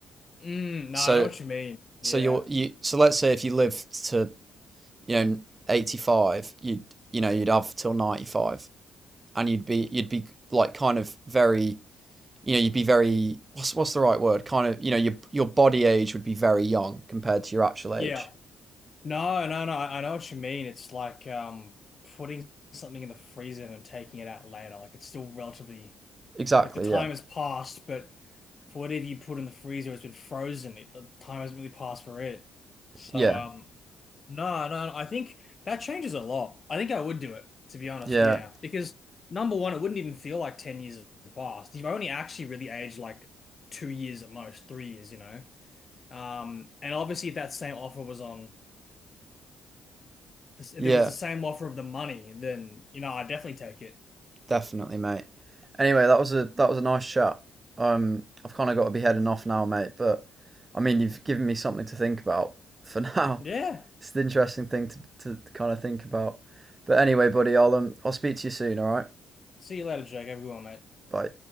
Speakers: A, on the left; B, on the right.
A: Mm, no,
B: so
A: I know what you mean. Yeah.
B: so you're you so let's say if you lived to you know 85 you'd you know you'd have till 95 and you'd be you'd be like kind of very you know you'd be very what's what's the right word kind of you know your your body age would be very young compared to your actual
A: Yeah.
B: age
A: No, no, no, I I know what you mean. It's like um putting something in the freezer and then taking it out later. Like it's still relatively
B: exactly
A: like the time
B: yeah
A: has passed, but for whatever you put in the freezer, it's been frozen. It, the time hasn't really passed for it. So
B: yeah
A: um, no, no, I think that changes a lot. I think I would do it to be honest.
B: yeah
A: Yeah, because number one, it wouldn't even feel like ten years have passed. You've only actually really aged like two years at most, three years, you know. Um, and obviously, if that same offer was on, if there
B: yeah
A: was the same offer of the money, then you know I'd definitely take it.
B: Definitely, mate. Anyway, that was a that was a nice chat. Um, I've kind of got to be heading off now, mate. But I mean, you've given me something to think about <laughs> for now.
A: Yeah.
B: It's an interesting thing to to kind of think about. But anyway, buddy, I'll um, I'll speak to you soon. All right,
A: See you later, Jake. Have a good one, mate.
B: bye.